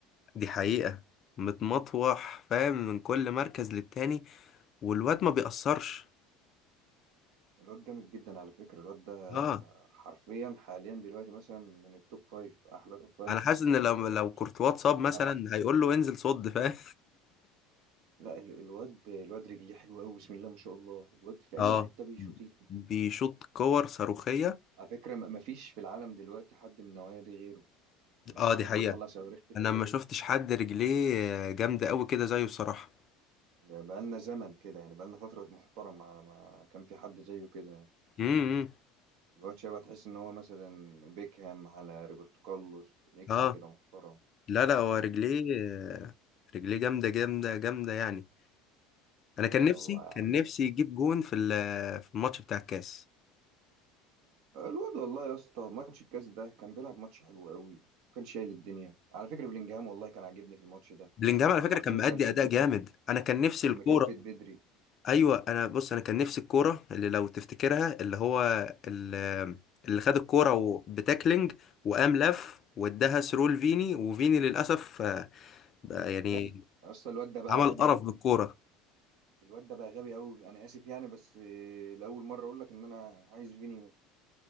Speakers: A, on the left (about 40°); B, on the right (about 55°).
A: دي حقيقة متمطوح فاهم من كل مركز للتاني والواد ما بيأثرش
B: الواد جامد جدا على فكرة الواد ده
A: اه
B: حرفيا حاليا دلوقتي مثلا من التوب فايف أحلى توب فايف
A: انا حاسس ان
B: في ال-
A: لو لو
B: في
A: كورتوا
B: نص
A: اتصاب مثلا
B: الملعب
A: هيقول له انزل صد فاهم
B: لا ال- الواد الواد رجليه حلوة أوي بسم الله ما شاء الله الواد
A: <laughs>
B: في أي
A: اه
B: حتة بيشوط يجيب
A: بيشوط كور صاروخية
B: على فكرة ما ما فيش في العالم دلوقتي حد من النوعية دي غيره يعني
A: اه
B: مفيش
A: دي
B: حد
A: حقيقة
B: بيطلع صواريخ كده
A: انا
B: غيره
A: ما شفتش حد رجليه جامدة قوي كده زيه الصراحة
B: بقى- بقالنا زمن كده يعني بقالنا فترة محترمة على ما كان في حد زيه كده يعني
A: امم
B: الواد شبه تحس إن هو مثلا بيكهام على روبرتو كارلوس ميكس
A: اه
B: كده محترم
A: لا لا هو رجليه آه، رجليه جامده جامده جامده يعني انا كان
B: ايه
A: نفسي
B: والله يا
A: كان
B: عم
A: نفسي يجيب جون في ال- في الماتش بتاع الكاس
B: الواد والله يا اسطى ماتش الكاس ده كان بيلعب ماتش حلو قوي وكان شايل الدنيا على فكرة بلينجهام والله كان عاجبني في الماتش ده
A: بلينجهام
B: كان
A: على فكره
B: حرفيا
A: كان
B: مكلفة
A: مأدي اداء
B: بدري
A: جامد انا كان نفسي
B: كان
A: الكوره
B: مكلفة بدري
A: ايوه انا بص انا كان نفسي الكوره اللي لو تفتكرها اللي هو ال- اللي خد الكوره و- بتاكلينج وقام لف واداها ثرو لفيني وفيني للاسف آه، بقى يعني
B: غبي اصلا الواد ده بقى
A: عمل
B: غبي
A: قرف
B: قوي
A: بالكوره
B: الواد ده بقى غبي قوي انا اسف يعني بس آه، لاول مره اقول لك ان انا عايز فيني